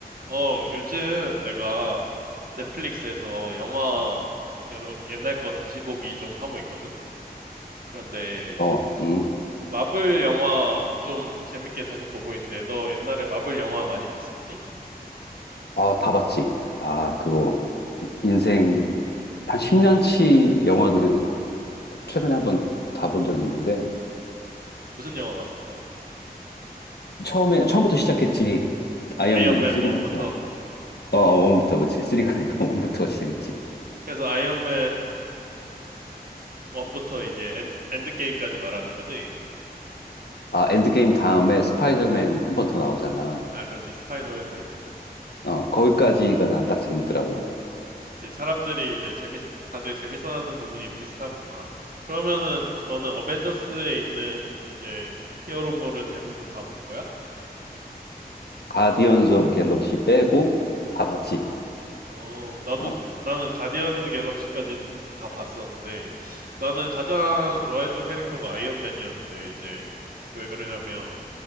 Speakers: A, on the right (about 60°); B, on the left (about 80°).
A: 어, 요즘 내가 넷플릭스에서 영화 여러 옛날 거 다시 보기 좀 하고 있거든? 그런데
B: 어, 음,
A: 마블 영화 좀 재밌게 다시 보고 있는데 너 옛날에 마블 영화 많이 봤었니?
B: 아, 다 봤지. 아, 그거, 인생, 한 10년치 영화들을 최근에 한번 다 본 적이 있는데,
A: 무슨 영화 봤었어?
B: 처음에, 처음부터 시작했지. 아이언맨
A: 아이언맨
B: 3부터,
A: 1부터.
B: 어, 어, 부터 그치. 3가 아니고 <laughs> 1부터 시작했지.
A: 그래서 아이언맨 1부터 이제 엔, 엔드게임까지 말하는 거지?
B: 아, 엔드게임 다음에 스파이더맨 한 번 더 나오잖아.
A: 아, 그렇지. 스파이노맨도 있고.
B: 어, 거기까지가 난 딱 재밌더라고.
A: 이제 사람들이 이제 재밌, 다들 재밌어하는 부분이 비슷하구나. 그러면은 너는 어벤져스에 있는 이제 히어로물은 대부분 다 본 거야?
B: 가디언즈 오브 갤럭시 빼고 다 봤지.
A: 어, 나도,
B: 어,
A: 나는 가디언즈 갤럭시까지 다 봤었는데, 나는 가장 좋아했던 캐릭터가 아이언맨이었는데, 이제, 왜 그러냐면,